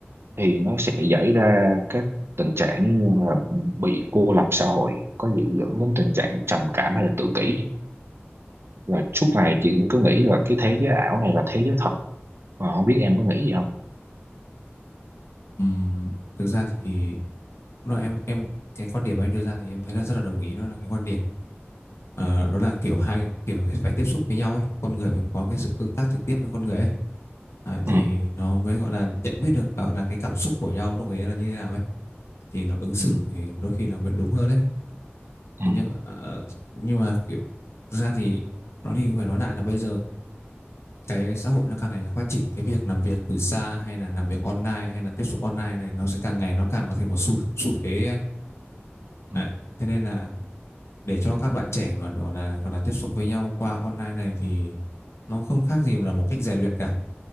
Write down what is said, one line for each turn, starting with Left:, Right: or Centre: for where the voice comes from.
Right: thì nó sẽ xảy ra các tình trạng như là bị cô lập xã hội có dễ dẫn đến tình trạng trầm cảm hay là tự kỷ và suốt ngày chị cứ nghĩ là cái thế giới ảo này là thế giới thật Ờ, không biết em có nghĩ gì không
Left: ừ. thực ra thì lúc nào em em cái quan điểm anh đưa ra thì em thấy là rất là đồng ý đó là cái quan điểm Ờ, đó là kiểu hai kiểu phải, phải tiếp xúc với nhau ấy con người phải có cái sự tương tác trực tiếp với con người ấy Đấy, thì
Right: ừ
Left: nó mới gọi là nhận biết được gọi là cái cảm xúc của nhau lúc ấy là như thế nào ấy thì nó ứng xử
Right: ừ
Left: thì đôi khi nó mới đúng hơn đấy
Right: ừ
Left: thế nhưng ờ, nhưng mà kiểu thực ra thì nói đi cũng phải nói lại là bây giờ cái xã hội nó càng ngày càng phát triển cái việc làm việc từ xa hay là làm việc online hay là tiếp xúc online này nó sẽ càng ngày nó càng nó thành một xu xu thế ấy.
Right: ừ.
Left: Đấy. thế nên là để cho các bạn trẻ mà gọi là còn là tiếp xúc với nhau qua online này thì nó không khác gì là một cách rèn luyện cả